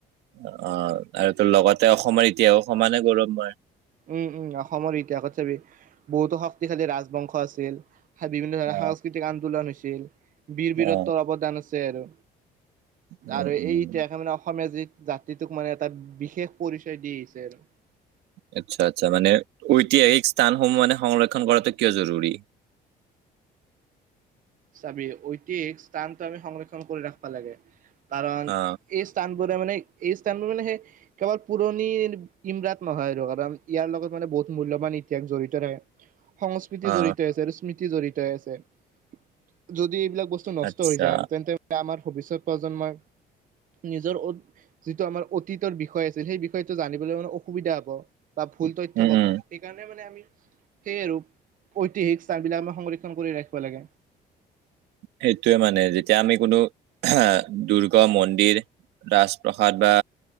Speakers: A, on the right; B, on the right.
A: অ অ আৰু তোৰ লগতে অসমৰ ইতিহাসও সমানে গৌৰৱময়।
B: উম উম, অসমৰ ইতিহাসত চাবি, বহুতো শক্তিশালী ৰাজবংশ আছিল। বিভিন্ন ধৰণৰ
A: অ
B: সাংস্কৃতিক আন্দোলন হৈছিল, বীৰ-বীৰত্বৰ
A: অ
B: অৱদান আছে আৰু।
A: উম
B: আৰু
A: উম
B: এই ইতিহাসে মানে অসমীয়া যিত জাতিটোক মানে এটা বিশেষ পৰিচয় দি আহিছে আৰু।
A: আচ্ছা আচ্ছা, মানে ঐতিহাসিক স্থানসমূহ মানে সংৰক্ষণ কৰাটো কিয় জৰুৰী? <inaudible>
B: চাবি ঐতিক স্থানটো আমি সংৰক্ষণ কৰি ৰাখবা লাগে আহ্। কাৰণ
A: অ
B: এ এই স্থানবোৰে মানেই এই স্থানবোৰ মানে সেই কেৱল পুৰণিৰ ইমৰাট নহয় আৰু আমি ইয়াৰ লগত মানে বহুত মূল্যবান মানে ইতিহাস জড়িত থাকে। সংস্কৃতি
A: অ
B: জড়িত আছে আৰু স্মৃতি জড়িত হৈ আছে উমচাহ যদি এইবিলাক বস্তু নষ্ট
A: আচ্ছা
B: হৈ যায়, তেন্তে আমাৰ ভৱিষ্যত প্ৰজন্মই নিজৰ অদ যিটো আমাৰ অতীতৰ বিষয় আছিল সেই বিষয়টো জানিবলৈ মানে অসুবিধা হ'ব। বা ভুল তথ্য
A: উম
B: পাব
A: উম
B: সেইকাৰণে মানে আমি সেই আৰু ঐতিহাসিক স্থানবিলাক আমাৰ সংৰক্ষণ কৰি ৰাখিব লাগে।
A: সেইটোৱে মানে যেতিয়া আমি কোনো আহ দুৰ্গ -মন্দিৰ ৰাজপ্ৰসাদ বা